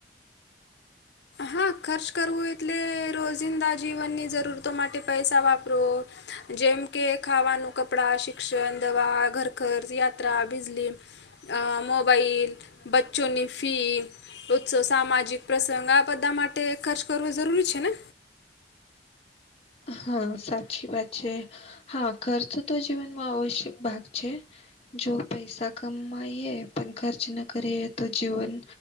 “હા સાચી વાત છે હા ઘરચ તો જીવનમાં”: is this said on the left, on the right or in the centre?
Left